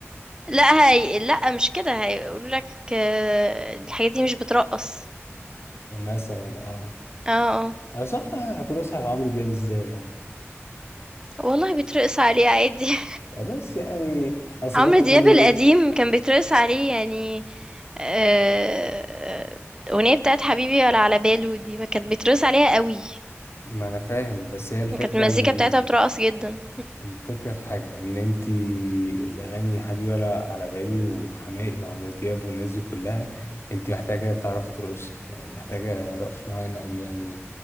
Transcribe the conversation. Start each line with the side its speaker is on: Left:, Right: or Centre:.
Right: لا هي لا مش كده هيقولوا لك آه، الحاجات دي مش بترقص
Left: مثلا اه
Right: اه اه
Left: انا صفى هترقصها على عمرو دياب ازاي يعني
Right: والله بيترقص عليه عادي
Left: بس يعني
Right: <laughs>
Left: اصل
Right: عمرو
Left: برضه
Right: دياب
Left: خلي
Right: القديم
Left: بالك
Right: كان بيترقص عليه يعني آه، الاغنيه بتاعت حبيبي ولا على باله دي ما كانت بيترقص عليها قوي
Left: ما انا فاهم بس هي الفكرة
Right: كانت المزيكا
Left: ان
Right: بتاعتها بترقص جدا
Left: الفكرة في حاجة ان انتي الاغاني يا حبيبي ولا على بالي وحماقي وعمرو دياب والناس دي كلها انتي محتاجة تعرفي ترقصي يعني محتاجة رقص معين اوي يعني